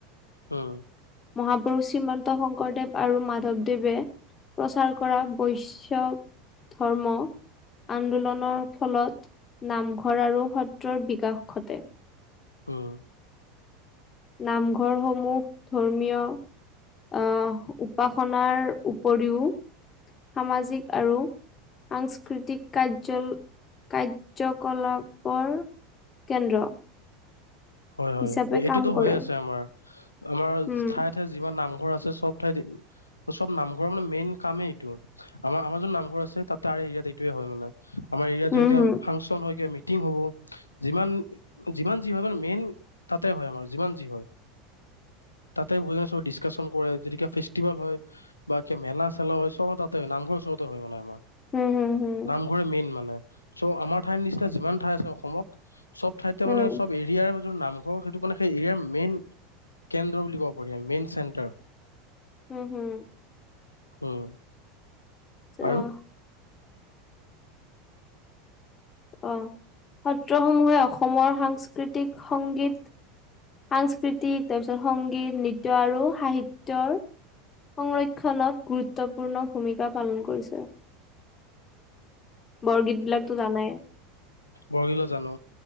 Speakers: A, on the left; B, on the left.
A: উম',।
B: মহাপুৰুষ শ্ৰীমন্ত শংকৰদেৱ আৰু মাধৱদেৱে প্ৰচাৰ কৰা বৈশব ধৰ্ম। আন্দোলনৰ ফলত নামঘৰ আৰু সত্ৰৰ বিকাশ ঘটে।
A: উম',।
B: নামঘৰসমূহ ধৰ্মীয় অ' উপাসনাৰ উপৰিও সামাজিক আৰু সাংস্কৃতিক কাৰ্য- কাৰ্যকলাপৰ কেন্দ্ৰ।
A: হয়', হয়',
B: হিচাপে
A: এইটোতো
B: কাম কৰে।
A: হৈ আছে আমাৰ, আমাৰ
B: উম,
A: ঠাই যিমান নামঘৰ আছে সব ঠাইত চব নামঘৰৰ মানে মেইন কামেই এইটো, আমাৰ আমাৰ যোন নামঘৰ আছে তাতে আৰু এইটোয়ে হয় মানে। আমাৰ এৰিয়াত
B: উম,
A: যদি কিব
B: হম,
A: ফাংচন হয় কিব মিটিং হ'ব, যিমান যিমান যি হয় মেইন তাতে হয় আমাৰ যিমান যি হয়। তাতে বুজে চবে ডিশকাচন কৰে, যদি ফেষ্টিভেল হয়। বা কে মেলা-চেলা হয় চব তাতে নামঘৰ ওচৰতে হয় মানে আমাৰ।
B: হম, হম, হম,
A: নামঘৰে মেইন মানে, চ' আমাৰ ঠাইৰ নিচিনা যিমান ঠাই আছে অসমত চব ঠাইতে
B: উম,
A: মানে চব এৰিয়াৰ নামঘৰ সেইটো মানে সেই এৰিয়াৰ মেইন কেন্দ্ৰ বুলি ক'ব পাৰি মেইন চেণ্টাৰ।
B: উম', হুম',।
A: উম'
B: অ'
A: আৰু
B: অ সত্ৰসমূহে অসমৰ সাংস্কৃতিক সংগীত- সাংস্কৃতিক তাৰপিছত সংগীত নৃত্য আৰু সাহিত্যৰ- সংৰক্ষণত গুৰুত্বপূৰ্ণ ভূমিকা পালন কৰিছে। বৰগীত বিলাকতো জানাই।
A: বৰগিতৰ জানো।